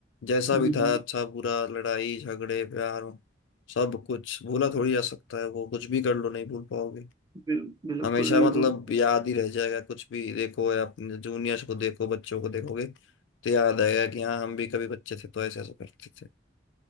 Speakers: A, on the left (about 90°); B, on the right (about 20°).
A: जैसा
B: हम्म,
A: भी था अच्छा बुरा लड़ाई झगड़े प्यार सब कुछ भूला थोड़ी जा सकता है वो कुछ भी कर लो नहीं भूल पाओगे
B: बिल, बिल्कुल
A: हमेशा
B: नहीं
A: मतलब
B: भूल
A: याद ही रह जाएगा कुछ भी देखो या अपने जूनियर्स को देखो बच्चों को देखोगे तो याद आएगा कि हाँ हम भी कभी बच्चे थे तो ऐसे ऐसे करते थे